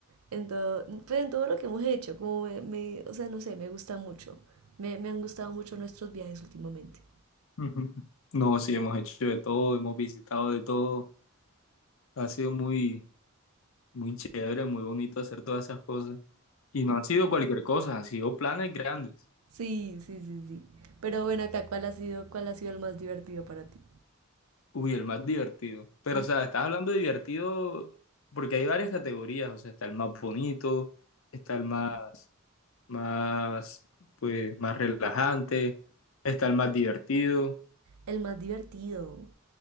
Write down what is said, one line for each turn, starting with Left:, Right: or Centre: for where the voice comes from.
Right: en todo, pues en todo lo que hemos hecho. Como me, me- o sea, no sé, me gusta mucho. Me, me han gustado mucho nuestros viajes últimamente.
Left: <laughs> Ujú. No, sí, hemos hecho de todo, hemos visitado de todo. Ha sido muy, muy chévere, muy bonito hacer todas esas cosas. Y no han sido cualquier cosa, han sido planes grandes.
Right: Sí, sí, sí, sí. Pero bueno, acá, ¿cuál ha sido, cuál ha sido el más divertido para ti?
Left: Uy, el más divertido. Pero,
Right: Ah,
Left: o sea, estás hablando de divertido porque hay varias categorías. O sea, está el más bonito, está el más, más, pues, más relajante, está el más divertido.
Right: el más divertido.